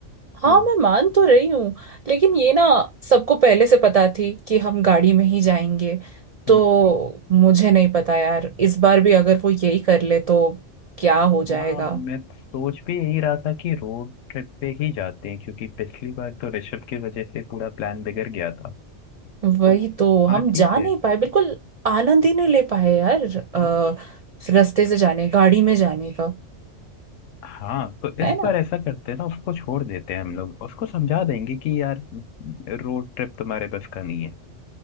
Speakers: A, on the right; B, on the left.
A: हाँ
B: वो
A: मैं मान तो रही हूँ लेकिन ये ना सबको पहले से पता थी कि हम गाड़ी में ही जाएंगे तो
B: बिल्कुल
A: मुझे नहीं पता यार इस बार भी अगर वो यही कर ले तो क्या हो जाएगा
B: हाँ मैं सोच भी यही रहा था कि रोड ट्रिप पे ही जाते हैं क्योंकि पिछली बार तो ऋषभ की वजह से पूरा प्लान बिगड़ गया था
A: वही
B: तो
A: तो हम
B: हाँ ठीक
A: जा नहीं
B: है
A: पाए बिल्कुल आनंद ही नहीं ले पाए यार
B: हाँ
A: आ, रास्ते से जाने गाड़ी में जाने का
B: हाँ तो
A: है
B: इस
A: ना
B: बार ऐसा करते हैं ना उसको छोड़ देते हैं हम लोग उसको समझा देंगे कि यार रोड ट्रिप तुम्हारे बस का नहीं है